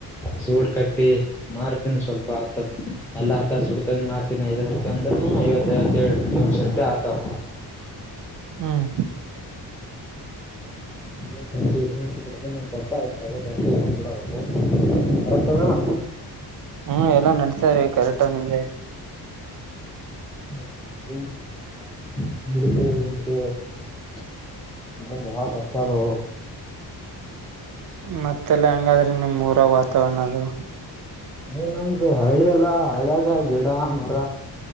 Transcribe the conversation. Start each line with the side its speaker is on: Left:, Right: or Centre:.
Centre: ಸೂಡ್ ಕಟ್ಟ. ಟ್ಟ ಮಾರ್ತೀನಿ ಸ್ವಲ್ಪ ಹ ಎಲ್ಲ ಹತ್ತ ಸುಡ್ತ ಮಾರ್ತನಿ. ಇ ಐದವತ್ತು ರೂಪಾಯಿ ಅಂದ್ರೂ ಐವತ್ತೈದ ಎರಡು ದೊಂದುನ್ ಸರೂಪಾಯಿ ಆತಾವ.
Right: ಹ್ಮ್
Centre: ನ್ಡ್ನ್ಸ್ ಕೊಡ್ತೆ ನಮ್ಮ ಪಪ್ಪ ಆಯ್ತು ಇವನ್ ಇಡ್ಕೊಂಡ್ ಬಿಡೋದು ಕರೆಕ್ಟ್ ಅದಲ್ಲ.
Right: ಹ್ಮ್ ಎಲ್ಲ ನಡ್ತ ರೀ ಕರೆಕ್ಟ ನನ್ನದೇ.
Centre: ಂದ ಕ ಇ ಇ <inaudible> ಅ ಯಾವ ಕಷ್ಟ ಅದವು.
Right: ಮತ್ತೆಲ್ಲ ಹೆಂಗಾದ್ರೆ ನಿಮ್ಮ್ ಊರ ವಾತಾವರಣ ಅದು.
Centre: ಹ ನಮ್ದು ಹಳ್ಳಿ ಎಲ್ಲ ಹಳಿಯಾಗ ಗಿಡ ಮರ.